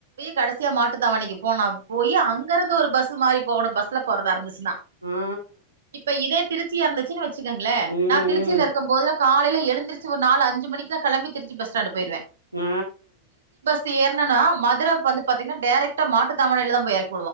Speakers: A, on the right (about 65°); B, on the right (about 85°).
A: கடைசியா மாட்டுத்தாவணிக்கு போனா போய் அங்க இருந்து ஒரு பஸ் மாறி போகனு பஸ் மாரி போறதா இருந்துச்சுனா
B: ஆ
A: இப்ப இதே திருச்சியா இருந்துச்சுன்னா வெச்சுக்கோங்களே
B: ம் ம்
A: நா திருச்சியில இருக்கும் போது காலைல எழுந்திருச்சு ஒரு நாலு அஞ்சு மணிக்குலா கெளம்பி திருச்சி பஸ் ஸ்டாண்டு போயிருவே
B: அ
A: இங்க ஏர்னன்னா மதுர வந்து பாத்தீங்காணா டேரெக்டா மாட்டு தாவணில தா போய் இறங்கு